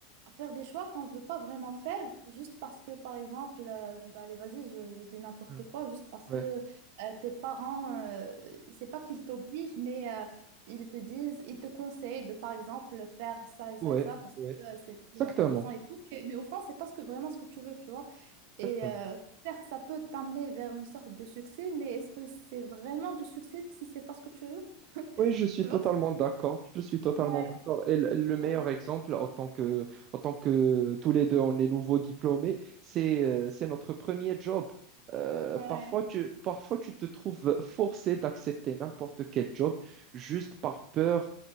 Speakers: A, on the right; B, on the right.
A: faire des choix qu'on ne veut pas vraiment faire, juste parce que, par exemple, euh, bah, allez, vas-y, je, je dis n'importe
B: Hein.
A: quoi, juste parce
B: Ouais,
A: que euh, tes parents, euh, c'est pas qu'ils t'obligent, mais euh, ils te disent, ils te conseillent de, par exemple, faire ça et ça
B: ouais,
A: et ça, parce
B: ouais.
A: que euh, c'est plus
B: Exactement,
A: intéressant et tout. Et- mais au fond, c'est pas ce que, vraiment ce que tu veux, tu vois.
B: exactement.
A: Et euh, certes, ça peut t'amener vers une sorte de succès, mais est-ce que c'est vraiment du succès si c'est pas ce que tu veux? <laughs>
B: Oui, je suis
A: Tu
B: totalement
A: vois?
B: d'accord. Je suis totalement
A: Ouais,
B: d'accord. Et le le
A: ouais,
B: meilleur exemple, en tant que, en tant que tous les deux, on est nouveaux diplômés, c'est euh, c'est notre premier job. Euh,
A: ouais.
B: parfois, tu, parfois, tu te trouves forcé d'accepter n'importe quel job juste par peur